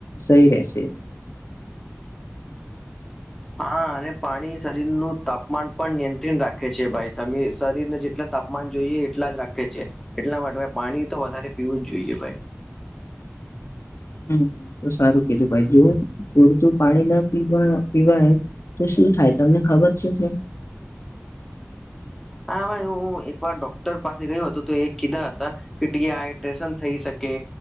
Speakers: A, on the left; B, in the centre.
A: સહી રહેશે <inaudible>
B: હા અને પાણી શરીરનું તાપમાન પણ નિયંત્રણ રાખે છે ભાઈ શમી શરીરને જેટલા તાપમા માન જોઈએ એટલા જ રાખે છે, એટલા માટે પાણી તો વધારે પીવું જ જોઈએ ભાઈ
A: <inaudible> હમ એ તો સારું કીધું ભાઈ જો પૂરતું પાણી ના પીવા પીવાય તો શું થાય તમને ખબર છે કે
B: હા ભાઈ હું એકવાર ડોક્ટર પાસે ગયો હતો તો એ કીધા હતા કે ડી હાડ્રેશન થઈ શકે